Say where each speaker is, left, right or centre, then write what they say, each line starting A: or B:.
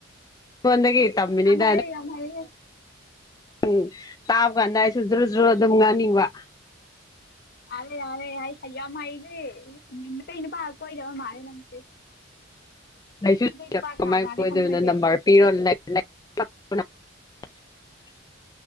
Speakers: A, on the left (about 20°); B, on the left (about 50°).
A: ꯅꯉꯣꯟꯗꯍꯤ ꯇꯝꯕꯅꯤꯗ꯫
B: ꯌꯥꯝ ꯍꯩꯔꯦ ꯌꯥꯝ ꯍꯩꯔꯦ
A: ꯎꯝ ꯇꯥꯕ ꯀꯥꯟꯗ ꯑꯩꯖꯨ ꯖ꯭ꯔꯨ ꯖ꯭ꯔꯨ ꯑꯗꯨꯝ ꯉꯥꯡꯅꯤꯡꯕ
B: ꯑꯥꯔꯦ ꯑꯥꯔꯦ ꯍꯩ ꯍꯩ ꯌꯥꯝ ꯍꯩꯈ꯭ꯔꯦ ꯃꯩꯇꯩ ꯅꯨꯄꯥ ꯀꯣꯏꯅꯕ ꯃꯥꯜꯂꯦ ꯅꯪꯁꯦ
A: ꯂꯩꯁꯨ
B: ꯃꯩꯇꯩ ꯅꯨꯄꯥ ꯀꯅꯥ
A: ꯀꯃꯥꯏꯟ
B: ꯀꯅꯥꯗꯩ
A: ꯀꯗꯣꯏꯅꯣ
B: ꯈꯪꯅꯒꯦ
A: ꯅꯝꯕꯔ ꯄꯤꯔꯣꯟ <unintelligible>